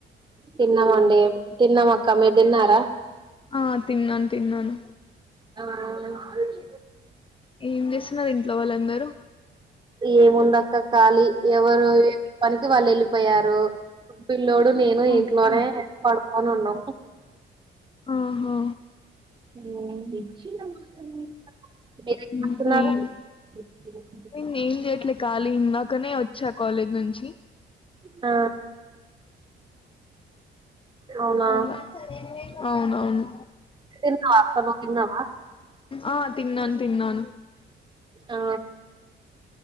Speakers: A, on the right (about 25°); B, on the left (about 25°).
A: తిన్నామండి తిన్నాం అక్క మీరు తిన్నారా
B: ఆ తిన్నాను తిన్నాను
A: అవు
B: ఏం చేస్తున్నారు ఇంట్లో వాళ్ళందరూ
A: ఏమ బా ఖళీ ఎవరు పనికి వాళ్ళు వెళ్ళిపోయారు పిల్లోడు నేను ఇంట్లోనే
B: ఓకే
A: పడు అవునున్నా
B: ఆహా
A: మీరేంటున్నారు
B: ఇంకా ఏం నేను ఏం చేయట్లే ఖాళీ ఇందాకనే వచ్చా కాలేజ్ నుంచి
A: ఆ అవునా
B: అలా అవునవును
A: తిన్నావా అక్క నువ్వు తిన్నావా
B: ఆ తిన్నాను తిన్నాను
A: ఆ